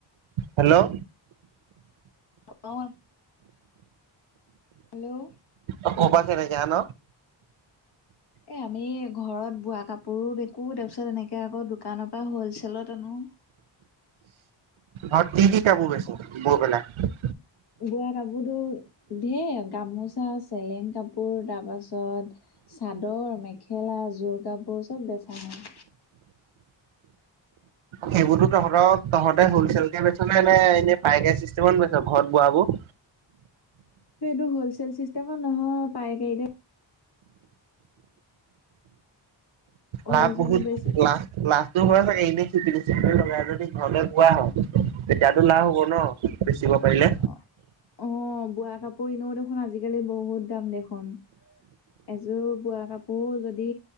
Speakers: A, on the right; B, on the left.
A: হেল্ল'
B: অ হেল্ল'
A: অ কপা কেনেকে আন
B: এ আমি ঘৰত বোৱা কাপোৰো বিকো তাৰপিছত এনে কে আকৌ দোকানৰ পৰা হ'লচেলত আনো
A: অ কি কি কাপোৰ বেছ বৈ পেলাই
B: বোৱা কাপোৰতো ধঢ়েৰ গামোচা চেলেং কাপোৰ তাৰপাছত চাদৰ মেখেলা যোৰ কাপোৰ চব বেচা হয়
A: সেইবোৰতো তহঁতক তহঁতে হলচেল কে বেছ নে এনে পাইকাৰী চিষ্টেমত বেছ ঘৰত বোৱা বোৰ
B: এইটো হ'লচেল চিষ্টেমত নহয় পাইকাৰীতে
A: লাভ
B: হলচেলত
A: বহুত
B: বেছি
A: লাখ লাখ এইটো হয় চাগে এনেই চিপিটি চিপিটি লগাই যদি ঘৰতে বোৱা হয় তেতিয়াতো লাভ হ'ব ন বেচিব পাৰিলে
B: অ অ বোৱা কাপোৰ এনেও দেখোন আজিকালি বহুত দাম দেখোন এযোৰ বোৱা কাপোৰো যদি